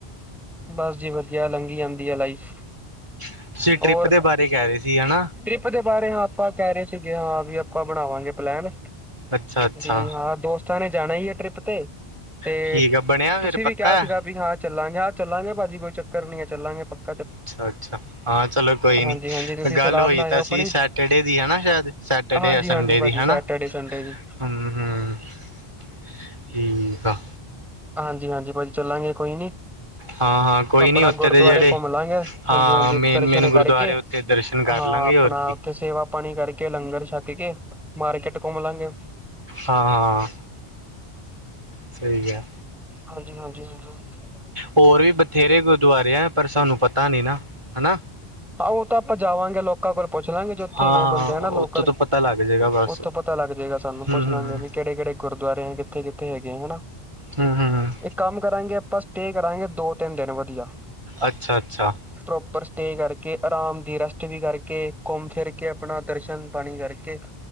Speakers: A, in the centre; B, on the right.
A: ਬਸ ਜੀ ਵਧੀਆ ਲੰਘੀ ਜਾਂਦੀ ਆ ਲਾਈਫ,
B: ਤੁਸੀਂ ਟ੍ਰਿਪ
A: ਹੋਰ।
B: ਦੇ ਬਾਰੇ ਕਹਿ ਰਹੇ ਸੀ ਹਨਾ
A: ਟ੍ਰਿਪ ਦੇ ਬਾਰੇ ਹਾਂ ਆਪਾਂ ਕਹਿ ਰਹੇ ਸੀਗੇ ਹਾਂ ਵੀ ਆਪਾਂ ਬਣਾਵਾਂਗੇ ਪਲੈਨ
B: ਅੱਛਾ ਅੱਛਾ
A: ਵੀ ਹਾਂ ਦੋਸਤਾਂ ਨੇ ਜਾਣਾ ਹੀ ਹੈ ਟ੍ਰਿਪ ਤੇ, ਤੇ
B: ਠੀਕ ਆ ਬਣਿਆ
A: ਤੁਸੀਂ
B: ਫਿਰ ਪੱਕਾ
A: ਵੀ ਕਿਹਾ ਸੀਗਾ
B: ਹੈ
A: ਵੀ ਹਾਂ ਚੱਲਾਂਗੇ ਹਾਂ ਚੱਲਾਂਗੇ ਭਾਜੀ ਕੋਈ ਚੱਕ ਕਰਨੀ ਏ ਚੱਲਾਂਗੇ ਪਕਾ
B: ਅੱਛਾ-ਅੱਛਾ, ਹਾਂ ਚਲੋ ਕੋਈ
A: ਹਾਂਜੀ-ਹਾਂਜੀ
B: ਨੀ
A: ਤੁਸੀਂ
B: ਗੱਲ
A: ਸਲਾਹ
B: ਹੋਈ
A: ਬਣਾਇਓ
B: ਤਾਂ
A: ਆਪਣੀ
B: ਸੀ ਸੈਟਰਡੇ ਦੀ ਹਾਂ ਸ਼ਾਇਦ ਸੈਟਰਡੇ
A: ਹਾਂਜੀ-ਹਾਂਜੀ
B: ਆ ਸੰਡੇ
A: ਭਾਜੀ
B: ਦੀ ਹੈਨਾ,
A: ਸੈਟਰਡੇ ਸੰਡੇ ਦੀ।
B: ਹੂੰ-ਹੂੰ ਹੂੰ, ਠੀਕ ਆ
A: ਹਾਂਜੀ-ਹਾਂਜੀ, ਭਾਜੀ ਚੱਲਾਂਗੇ ਕੋਈ ਨੀ।
B: ਹਾਂ ਹਾਂ ਕੋਈ
A: ਆਪਣਾ
B: ਨੀ ਉੱਥੇ
A: ਗੁਰਦੁਆਰੇ
B: ਦੇ ਜਿਹੜੇ
A: ਘੁੰਮ ਲਾਂਗੇ,
B: ਹਾਂ
A: ਹਾਂਜੀ-ਹਾਂਜੀ
B: ਮੇਨ
A: ਦਰਸ਼ਨ
B: ਮੇਨ
A: ਕਰਕੇ।
B: ਗੁਰਦੁਆਰੇ
A: ਹਾਂ,
B: ਉੱਥੇ ਦਰਸ਼ਨ ਕਰ ਲਾਂਗੇ
A: ਆਪਣਾ
B: ਹੋਰ ਕੀ
A: ਉੱਥੇ ਸੇਵਾ ਪਾਣੀ ਕਰਕੇ ਲੰਗਰ ਛੱਕ ਕੇ ਮਾਰਕੀਟ ਘੁੰਮ ਲਾਂਗੇ
B: ਹਾਂ-ਹਾਂ, ਸਹੀ ਆ
A: ਹਾਂਜੀ-ਹਾਂਜੀ-ਹਾਂਜੀ।
B: ਹੋਰ ਵੀ ਬਥੇਰੇ ਗੁਰਦੁਆਰੇ ਹੈ ਪਰ ਸਾਨੂੰ ਪਤਾ ਨੀ ਨਾ ਹੈਨਾ।
A: ਹਾਂ ਉਹ ਤਾਂ ਆਪਾਂ ਜਾਵਾਂਗੇ ਲੋਕਾਂ ਕੋਲ ਪੁੱਛ ਲਾਂਗੇ ਜੇ ਉੱਥੇ
B: ਹਾਂ
A: ਹੈਗੇ
B: ਹਾਂ
A: ਬੰਦੇ ਆ ਨਾ ਲੋਕਲ
B: ਉੱਥੋਂ ਤੋਂ ਪਤਾ ਲੱਗ ਜਾਏਗਾ ਬਸ
A: ਉੱਥੋਂ ਪਤਾ ਲੱਗਏਗਾ ਸਾਨੂੰ
B: ਹਮ
A: ਪੁੱਛਣਾਗੇ
B: ਹਮ
A: ਵੀ ਕਿਹੜੇ ਕਿਹੜੇ ਗੁਰਦੁਆਰੇ ਆ ਕਿੱਥੇ ਕਿ ਹੈਗੇ ਆ ਹੈਨਾ,
B: ਹਮ ਹਮ
A: ਇੱਕ ਕੰਮ ਕਰਾਂਗੇ ਆਪਾਂ ਸਟੇ ਕਰਾਂਗੇ ਦੋ ਤਿੰਨ ਦਿਨ ਵਧੀਆ।
B: ਅੱਛਾ-ਅੱਛਾ
A: ਪ੍ਰੋਪਰ ਸਟੇ ਕਰਕੇ ਆਰਾਮ ਦੀ ਰੈਸਟ ਵੀ ਕਰਕੇ ਘੁੰਮ ਫਿਰ ਕੇ ਆਪਣਾ ਦਰਸ਼ਨ ਪਾਣੀ ਕਰਕੇ। <inaudible>